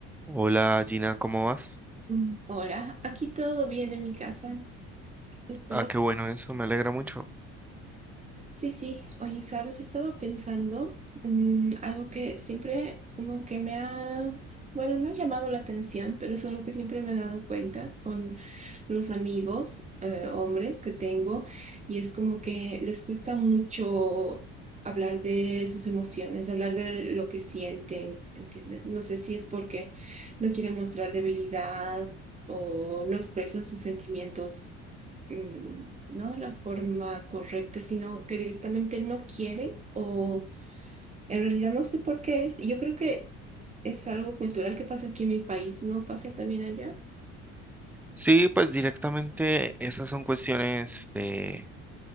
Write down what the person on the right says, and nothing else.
Mm. Hola, aquí todo bien en mi casa. Estaba,
sí, sí, oye, sabes, estaba pensando mm, algo que siempre como que me ha, bueno, no ha llamado la atención, pero es algo que siempre me he dado cuenta con los amigos, eh, hombres que tengo, y es como que les cuesta mucho hablar de sus emociones, hablar de lo que sienten, ¿entiendes? No sé si es porque no quieren mostrar debilidad o no expresan sus sentimientos mm, no de la forma correcta, sino que directamente no quieren o en realidad no sé por qué es. Yo creo que es algo cultural que pasa aquí en mi país, ¿no pasa también allá?